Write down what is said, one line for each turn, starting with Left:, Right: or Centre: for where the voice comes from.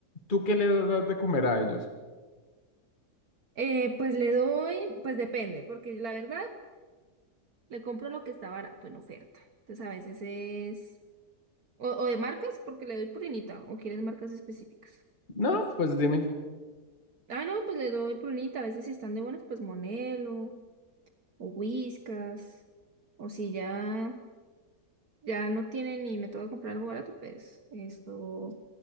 Left: ¿tú qué les das de comer a ellos?
Right: Eh, pues le doy, pues depende, porque la verdad le compro lo que está barato en oferta. Entonces a veces es... O, o de marcas, porque le doy prunita, o quieres marcas específicas.
Left: No,
Right: Pues,
Left: pues dime.
Right: ah, no, pues le doy prunita. A veces si están de buenas, pues Monelo, o Whiskas, o si ya... ya no tienen y me tengo que comprar algo barato, pues esto,